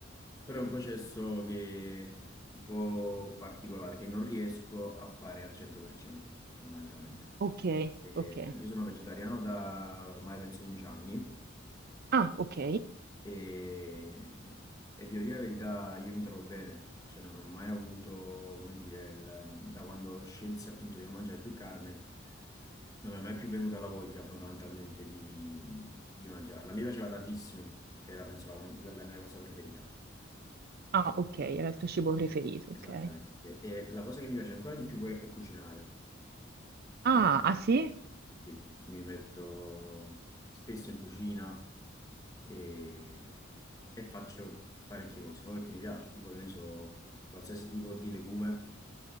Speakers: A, on the left; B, on the right.
A: però è un processo che è un po' particolare, che non riesco a fare al 100%, fondamentalmente.
B: ok,
A: E
B: ok.
A: io sono vegetariano da ormai penso 11 anni
B: Ah, ok.
A: e, e devo dire la verità, io mi trovo bene, cioè non ho mai avuto, come dire, il- da quando scelsi appunto di non mangiare più carne, non mi è mai più venuta la voglia fondamentalmente di, di mangiarla. Mi piaceva tantissimo, era penso la, la- la mia cosa preferita,
B: Ah, ok, era il tuo cibo preferito,
A: esattamente.
B: ok.
A: E la cosa che mi piace ancora di più è cucinare,
B: Ah,
A: quindi
B: ah sì?
A: sì, mi metto spesso in cucina. e, e faccio parecchie cose, poi perché mi piace, tipo che ne so, qualsiasi tipo di legume